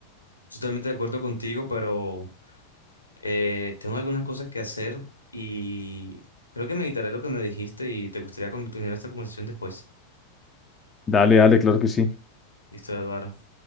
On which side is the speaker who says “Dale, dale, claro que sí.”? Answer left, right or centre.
Left